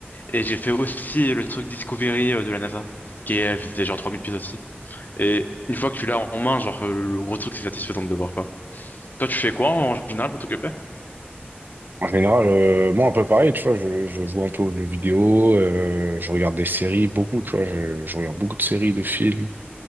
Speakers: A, on the left; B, on the right.
A: Et j'ai fait aussi le truc Discovery euh, de la NASA, qui est, faisait genre 3000 pieds aussi. Et une fois que tu l'as en main, genre, euh, le gros truc, c'est satisfaisant de le voir, quoi. Toi, tu fais quoi en général pour t'occuper?
B: En général, euh, moi, un peu pareil, tu vois, je, je joue un peu aux jeux vidéo, euh, je regarde des séries, beaucoup, tu vois, je, je regarde beaucoup de séries, de films.